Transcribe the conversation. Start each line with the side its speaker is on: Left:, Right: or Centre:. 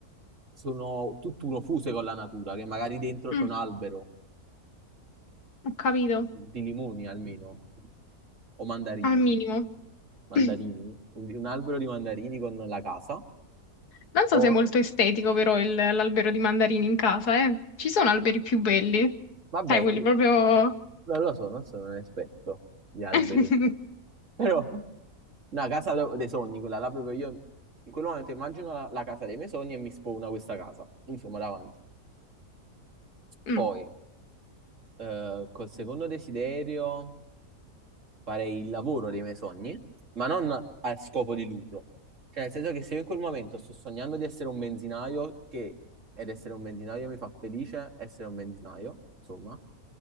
Right: sono tutt'uno fuse con la natura, che magari dentro c'è
Left: mm,
Right: un albero
Left: ho capito,
Right: di limoni almeno, o mandarini,
Left: al minimo.
Right: mandarini,
Left: <clears throat>
Right: un, un albero di mandarini con la casa.
Left: Non
Right: Poi,
Left: so se è molto estetico però il- l'albero di mandarini in casa, eh. Ci sono alberi
Right: beh,
Left: più belli.
Right: vabbè,
Left: Sai, quelli
Right: i-
Left: proprio...
Right: non lo so, non sono un esperto di alberi,
Left: <laughs>
Right: però <laughs> Una casa de- dei sogni, quella là proprio io in quel momento immagino la, la casa dei miei sogni e mi spawna questa casa, insomma, davanti.
Left: Mm,
Right: Poi, eh, col secondo desiderio, farei il lavoro dei miei sogni, ma non a scopo di lucro. Cioè, nel senso che se io in quel momento sto sognando di essere un benzinaio, che ed essere un benzinaio mi fa felice, essere un benzinaio, insomma,